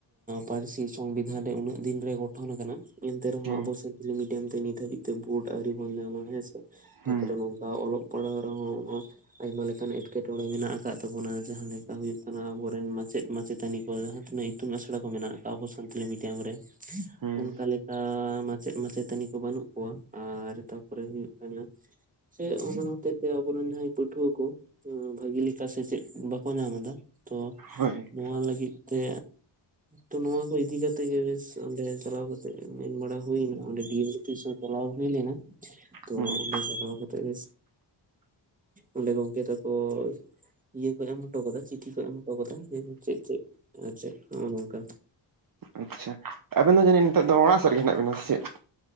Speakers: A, on the right (about 15°); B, on the right (about 45°).
A: ᱯᱟᱹᱨᱥᱤ ᱥᱚᱝᱵᱤᱫᱷᱟᱱ ᱨᱮ ᱩᱱᱟᱹᱜ ᱫᱤᱱ ᱨᱮ ᱜᱚᱴᱚᱱ ᱟᱠᱟᱱᱟ ᱮᱱᱛᱮ ᱨᱮᱦᱚᱸ
B: ᱦᱩᱸ
A: ᱟᱵᱚ ᱥᱟᱱᱛᱟᱞᱤ ᱢᱤᱰᱤᱭᱟᱢ ᱛᱮ ᱱᱤᱛ ᱦᱟᱹᱵᱤᱡ ᱵᱩᱰ ᱟᱣᱨᱤ ᱵᱚᱱ ᱧᱟᱢᱟ ᱦᱮᱸᱥᱮ ᱛᱟᱯᱚᱨᱮ
B: ᱦᱩᱸ
A: ᱱᱚᱝᱠᱟ ᱚᱞᱚᱜ ᱯᱟᱲᱦᱟᱣ ᱨᱮᱦᱚᱸ ᱟᱭᱢᱟ ᱞᱮᱠᱟᱱ ᱮᱸᱴᱠᱮᱴᱚᱬᱮ ᱢᱮᱱᱟᱜ ᱟᱠᱟᱫ ᱛᱟᱵᱚᱱᱟ ᱡᱟᱦᱟᱸ ᱞᱮᱠᱟ ᱦᱩᱭᱩᱜ ᱠᱟᱱᱟ ᱟᱵᱚᱨᱮᱱ ᱢᱟᱪᱮᱫ ᱢᱟᱪᱮᱛᱟᱱᱤ ᱡᱟᱦᱟᱸ ᱛᱤᱱᱟᱹᱜ ᱤᱛᱩᱱ ᱟᱥᱲᱟ <unintelligible> ᱠᱚ ᱢᱮᱱᱟᱜ ᱟᱠᱟᱫ-ᱟ ᱟᱵᱚ ᱥᱟᱱᱛᱟᱞᱤ ᱢᱤᱰᱤᱭᱟᱢ ᱨᱮ
B: ᱦᱩᱸ
A: ᱚᱱᱠᱟ ᱞᱮᱠᱟ ᱢᱟᱪᱮᱫ ᱢᱟᱪᱮᱛᱟᱹᱱᱤ ᱠᱚ ᱵᱟᱹᱱᱩᱜ ᱠᱚᱣᱟ ᱟᱨ ᱛᱟᱨᱯᱚᱨᱮ ᱦᱩᱭᱩᱜ ᱠᱟᱱᱟ ᱥᱮ ᱚᱱᱟ ᱦᱚᱛᱮᱡ ᱛᱮ ᱟᱵᱚᱨᱮᱱ ᱡᱟᱦᱟᱸᱭ ᱯᱟᱹᱴᱷᱩᱣᱟᱹ ᱠᱚ ᱵᱷᱟᱹᱜᱤ ᱞᱮᱠᱟ ᱥᱮ ᱪᱮᱫ ᱵᱟᱠᱚ ᱧᱟᱢ ᱮᱫᱟ ᱛᱚ
B: ᱦᱳᱭ
A: ᱱᱚᱣᱟ ᱞᱟᱹᱜᱤᱫ ᱛᱮ ᱛᱚ ᱱᱚᱶᱟ ᱠᱚ ᱤᱫᱤᱠᱟ ᱠᱟᱛᱮᱜ ᱵᱮᱥ ᱚᱸᱰᱮ ᱪᱟᱞᱟᱣ ᱠᱟᱛᱮᱜ ᱢᱮᱱ ᱵᱟᱲᱟ ᱦᱩᱭᱮᱱᱟ ᱚᱸᱰᱮ ᱰᱤ ᱮᱢ ᱚᱯᱷᱤᱥ ᱪᱟᱞᱟᱣ ᱦᱩᱭ ᱞᱮᱱᱟ ᱛᱚ
B: ᱦᱩᱸ
A: ᱚᱸᱰᱮ ᱪᱟᱞᱟᱣ ᱠᱟᱛᱮᱜ ᱚᱸᱰᱮ ᱜᱚᱝᱠᱮ ᱛᱟᱠᱚ ᱤᱭᱟᱹ ᱠᱚ ᱮᱢ ᱦᱚᱴᱚ ᱠᱟᱫᱟ ᱪᱤᱴᱷᱤ ᱠᱚ ᱮᱢ ᱦᱚᱴᱚ ᱠᱟᱫᱟᱮ ᱪᱮᱫ ᱪᱮᱫ ᱟᱨ ᱪᱮᱫ ᱱᱚᱜᱚ ᱱᱚᱝᱠᱟ
B: ᱟᱪᱪᱷᱟ ᱟᱵᱮᱱ ᱫᱚ ᱡᱟᱹᱱᱤᱡ ᱱᱤᱛᱚᱜ ᱫᱚ ᱚᱲᱟᱜᱮᱫ ᱨᱮᱜᱮᱱᱟᱜ ᱵᱮᱱᱟ ᱪᱮᱫ